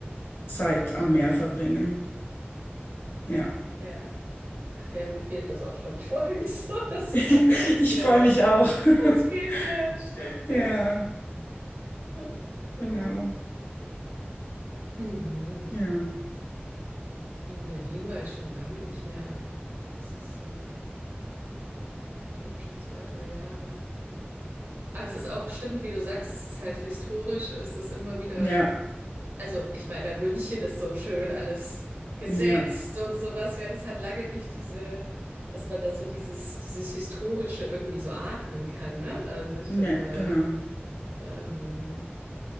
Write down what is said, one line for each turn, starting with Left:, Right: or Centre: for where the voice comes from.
Left: Zeit am Meer verbringen. Ja.
Right: ja. Ach ja, mir fehlt das auch schon. Ich freue mich so, <laughs> dass
Left: <laughs>
Right: es dann endlich
Left: Ich
Right: wieder
Left: freue
Right: da
Left: mich auch. <laughs>
Right: losgeht. Ja, das stimmt,
Left: Ja,
Right: ja. Ja, Genau.
Left: genau.
Right: Mhm.
Left: Ja,
Right: In Berlin war ich schon lange nicht mehr. Das ist, äh, ich glaube, schon zwei, drei Jahre. Aber es ist auch, stimmt, wie du sagst, es ist halt historisch, ist es immer wieder,
Left: ja,
Right: also ich meine, bei München ist so schön alles gesetzt
Left: ja,
Right: und sowas, ja, das hat lange nicht diese, dass man da so dieses, dieses Historische irgendwie so atmen kann, ne? Also ich
Left: ja,
Right: finde,
Left: genau.
Right: ähm,